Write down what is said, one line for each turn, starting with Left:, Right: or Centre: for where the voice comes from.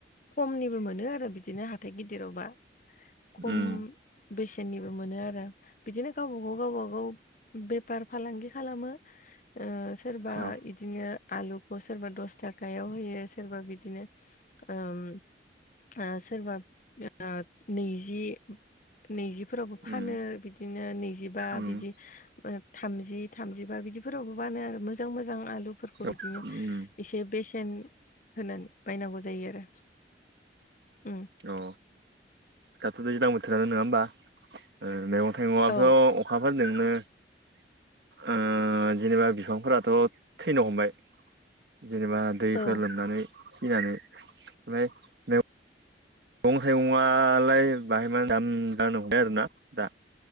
Left: खमनिबो मोनो आरो बिदिनो हाथाइ गि दिरावबा खम
Right: उम
Left: बेसेननिबो मोनो आरो बिदिनो गावबागाव गावब गाव बेफार फालांगि खालामो ओ सोरबा
Right: औ
Left: बिदिनो आलुखौ सोरबा दस थाखायाव होयो सोरबा बिदिनो ओम ओ सोरबा ओ नैजि नैजिफोरावबो फानो
Right: उम
Left: बिदिनो नैजिबा
Right: उम
Left: बिदि ओ थामजि थामजिबा बिदिफोरावबो बानो आरो मोजां मोजां आलुफोरखौ
Right: औ
Left: बिदिनो
Right: उम
Left: एसे बेसेन होनानै बायनांगौ जायो आरो उम
Right: औ दैज्लां बोथोरानो नङा होमबा ओ मैगं थाइगङाथ'
Left: औ
Right: अखाफोरजोंनो ओ जेनेबा बिफांफोराथ' थैनो हमबाय जेनेबा दैफोर
Left: औ
Right: लोमनानै सिनानै ओमफाय नो मैगं थाइगंआलाय बाहाय मा दाम जानो हमबाय आरोना दा